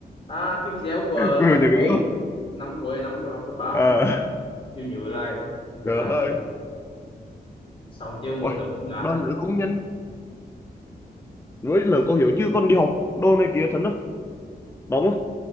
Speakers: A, on the left; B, on the left.
A: à cái video của
B: cô
A: năm
B: Hiếu nhớ
A: cuối
B: cái đó
A: năm cuối năm cuối học cấp ba
B: à,
A: chưa nhớ lại nhớ
B: trời
A: lại
B: ơi
A: nữa xong chưa một
B: Ôi,
A: đứa một ngã
B: đoàn
A: đấy
B: nữ cũng nhân với lời cô hiểu chứ con đi học đô này kia thật á đúng không